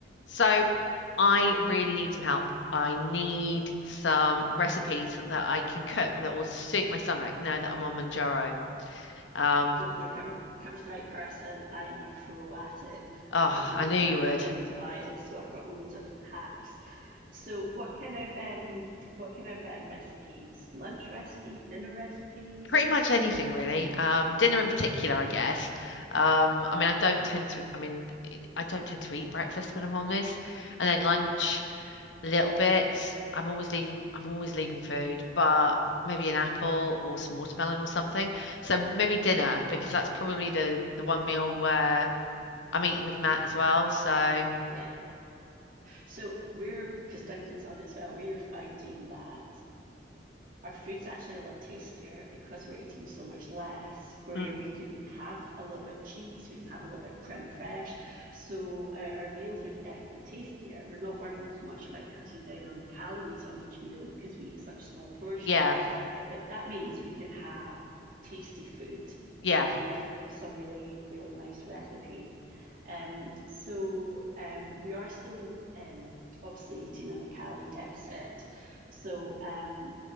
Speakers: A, on the left; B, on the right.
A: So I really need some help. I need some recipes that I can cook that will suit my stomach now that I'm on Manjaro. Um,
B: oh, you've come come to the right person. I am a pro at it.
A: oh,
B: I've been on
A: I
B: Manjaro
A: knew you would.
B: for a little while, so I've got loads of hacks. So, what kind of um, what kind of um, recipes? Lunch recipes, dinner recipes?
A: Pretty much anything really. Um, dinner in particular, I guess. Um, I mean, I don't tend to. I mean, I don't tend to eat breakfast when I'm on this, and then lunch a little bit. I'm always leaving. I'm always leaving food, but maybe an apple or some watermelon or something. So maybe dinner because that's probably the the one meal where. I'm eating with Matt as well. So
B: Yeah. So we're because Duncan's on it as well. We are finding that our food's actually a lot tastier because we're eating so much less, where
A: Mm.
B: we can have a little bit of cheese, we can have a little bit of creme fraiche. So uh, our meals are definitely tastier. We're not worrying so much about cutting down on the calories on each meal because we eat such small portions.
A: yeah,
B: But that means we can have tasty food.
A: yeah,
B: So some really, really nice recipes. Um, so um, we are still um, obviously eating in a calorie deficit. So um,